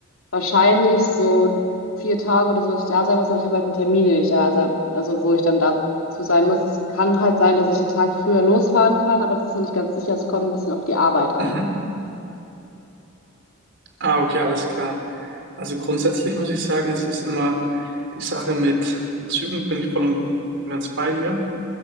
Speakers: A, on the left; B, on the right.
A: wahrscheinlich so vier Tage oder so, dass ich da sein muss, aber ich habe halt einen Termin, den ich da sein, also wo ich dann dazu sein muss. Es kann halt sein, dass ich einen Tag früher losfahren kann, aber das ist noch nicht ganz sicher. Es kommt ein bisschen auf die Arbeit an.
B: Mhm. Ah, okay, alles klar. Also grundsätzlich muss ich sagen, es ist immer die Sache mit den Zügen, bin ich voll und ganz bei dir.